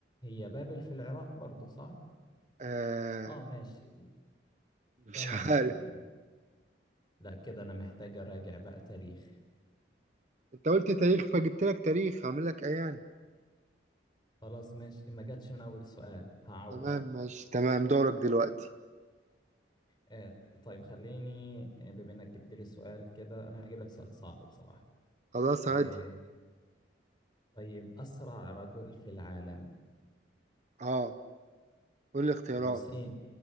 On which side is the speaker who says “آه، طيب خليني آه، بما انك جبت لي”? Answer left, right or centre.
Left